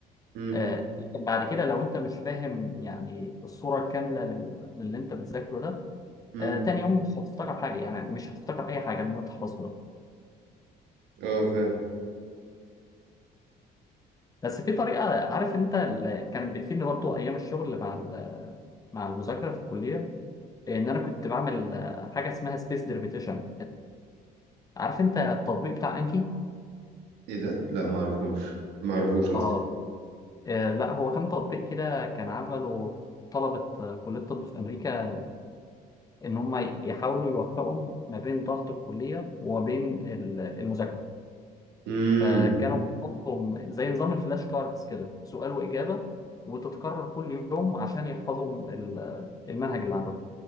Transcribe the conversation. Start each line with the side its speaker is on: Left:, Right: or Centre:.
Right: امم
Left: آه، لكن بعد كده لو أنت مش فاهم يعني الصورة الكاملة لل- للي أنت بتذاكره ده
Right: امم
Left: آه، تاني يوم مش هتفتكر حاجة يعني مش هتفتكر أي حاجة من اللي أنت حفظته ده
Right: اه فاهم
Left: بس في طريقة عارف أنت اللي كانت بتفيدني برضه أيام الشغل مع ال- مع المذاكرة في الكلية ان انا كنت بعمل آه، حاجه اسمها سبيس ديربيتيشن عارف انت التطبيق بتاع انكي
Right: ايه ده لا ما اعرفهمش ما اعرفوش قصدي
Left: اه آه، لا هو كان تطبيق كده كان عمله طلبه آه، كليه الطب في امريكا ان هم يحاولوا يوفقوا ما بين ضغط الكليه وما بين ال- المذاكره
Right: امم
Left: فكانوا بيحطوا زي نظام الفلاش كاردز كده سؤال واجابه وتتكرر كل يوم عشان يحفظوا ال- المنهج اللي عندهم